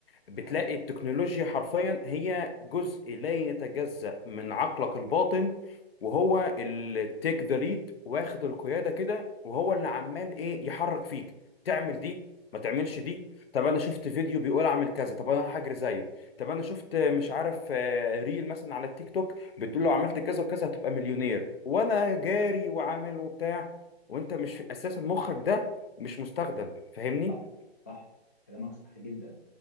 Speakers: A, on the left (about 65°); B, on the left (about 15°).
A: بتلاقي
B: ده حقيقي
A: التكنولوجيا حرفيا هي جزء لا يتجزأ من عقلك الباطن وهو اللي تيك ذا ليد واخد القيادة كده وهو اللي عمال ايه يحرك فيك تعمل دي ما تعملش دي طب انا شفت فيديو بيقول اعمل كذا طب انا هجري زيه طب انا شفت مش عارف آه، ريل مثلا على التيك توك بتقول له عملت كذا وكذا هتبقى مليونير وانا جاري وعامل وبتاع وانت مش
B: ده حقيقي
A: اساسا مخك ده مش مستخدم فاهمني
B: صح صح كلامك صح جدا